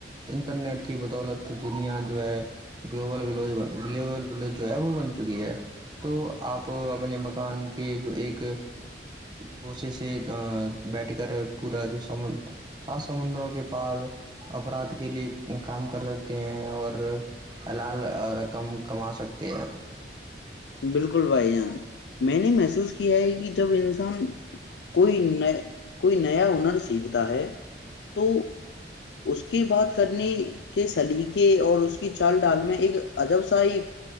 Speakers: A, on the right; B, on the left.
A: انٹرنیٹ کی بدولت دنیا جو ہے گلوبل و گلوبل وج وہ بن چکی ہے تو آپ اپنے مکان کے جو ایک گوسے سے بیٹھ کر پورا جو س سات سمندروں کے پار اپرھ کے لیے کام کر سکتے ہیں اور اللال رقم کما سکتے <inaudible>
B: بالکل بھائی جان میں نے محسوس کیا ہے کہ جب انسان کوئی ن کوئی نیا ہنر سیکھتا ہے تو اس کی بات کرنی کے سدقے اور اس کی چال ڈال میں ایک عجب سا ہی